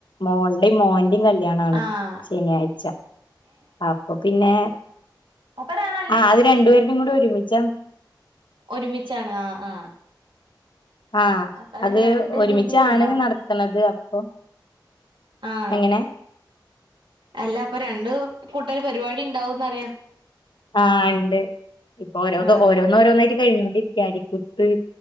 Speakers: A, on the left; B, on the right.
A: മോൾടിം മോൻ്റിം കല് ല്ല്യാണാണ്
B: ആഹ്
A: ശനിയാഴ്ച. അപ്പൊ പിന്നെ
B: ഒപ്പരാളാ
A: ആഹ് അത് രണ്ടുപേരുടെയും കൂടി ഒരുമിച്ചാണ്.
B: ഒരുമിച്ചാണ് ആഹ് ആഹ്
A: ആഹ്
B: അപ്പൊ പിന്നെ
A: അത്
B: രണ്ട്
A: ഒരുമിച്ചാണ്
B: ഇതിന്റെയും ഉണ്ടാവും
A: നടത്ത്ണത് അപ്പൊ
B: ആഹ്
A: എങ്ങനെ
B: അല്ല അപ്പൊ രണ്ട് കൂട്ടർ പരിപാടിണ്ടാവുന്നറയ.
A: ആഹ് ഇണ്ട് ഇപ്പോരോന്ന്
B: ആഹ്
A: ഓരോരോന്നായിട്ട് കഴിഞ്ഞോണ്ടിരിക്ക അരിക്കുത്ത്